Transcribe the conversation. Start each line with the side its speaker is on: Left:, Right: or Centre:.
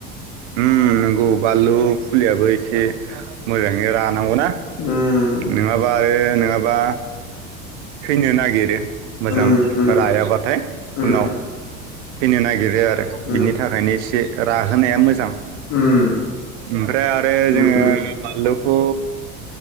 Right: उम नंगौ बानलु फुलियाबो एसे मोजाङै रा नांगौ
Left: उम
Right: नङाबा आरो नङाबा थैनो नागिरो मोजां
Left: उम उम
Right: रायाबाथाय
Left: उम
Right: उनाव थैनो नागिरो बो आरो
Left: उम
Right: बिनि थाखायनो एसे राहोनाया मोजां
Left: उम
Right: ओमफ्राय आरो
Left: उम
Right: जोङो
Left: उम
Right: बानलुखौ